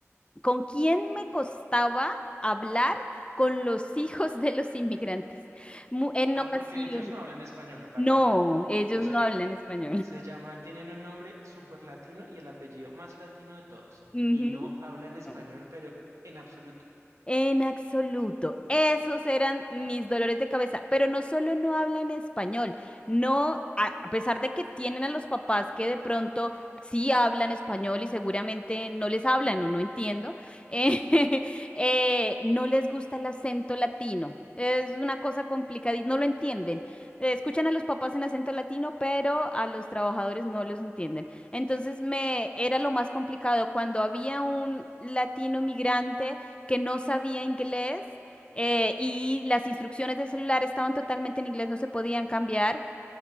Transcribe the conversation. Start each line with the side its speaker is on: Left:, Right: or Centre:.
Left: ¿Con quién me costaba hablar? Con los <laughs> hijos de los inmigrantes. Mu- En
Right: Ah,
Left: ocasiones.
Right: porque ellos no hablan español para
Left: No,
Right: nada.
Left: ellos
Right: O sea,
Left: no hablan español.
Right: se llaman, tienen un nombre súper latino y el apellido más latino de todos.
Left: <laughs> Ujú.
Right: Y no hablan español,
Left: No.
Right: pero en absoluto.
Left: En absoluto. Esos eran mis dolores de cabeza. Pero no solo no hablan español, no, a a pesar de que tienen a los papás que de pronto sí hablan español y seguramente no les hablan o no entiendo, eh, <laughs> eh, no les gusta el acento latino. Es una cosa complicada y no lo entienden. Eh, Escuchan a los papás en acento latino, pero a los trabajadores no los entienden. Entonces me era lo más complicado cuando había un latino migrante que no sabía inglés eh, y las instrucciones del celular estaban totalmente en inglés, no se podían cambiar